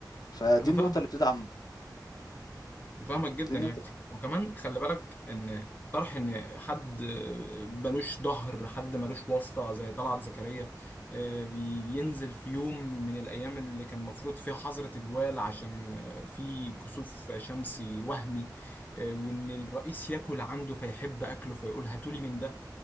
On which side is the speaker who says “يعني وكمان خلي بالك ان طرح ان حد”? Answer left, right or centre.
Left